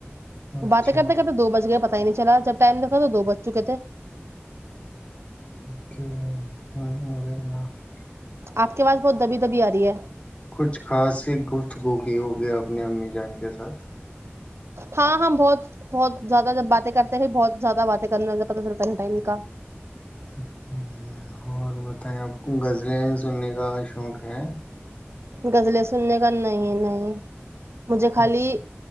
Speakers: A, on the left (about 30°); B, on the right (about 70°).
A: اچھا
B: باتیں کرنے کرتے دو بج گیا پتا پت ہی نہیں چلا جب ٹائم دیکھا تو دو بچ چکے تھے
A: اوکے <unintelligible>
B: آپ کے پاس بہت دبی دبی آ رہی ہے
A: کچھ خاصی گفتگوکھی ہوگی اپنی امی جان کے ساتھ
B: ہاں ہاں بہت بہت زیادہ جب باتیں کرتے ہیں بہت زیادہ باتیں کرنا پ کا
A: اچھا اور بتائیں آپ کو غزلیں سننے کا شوق ہے
B: گزل سننے کا نہیں نہیں مجھے
A: ہے
B: خالی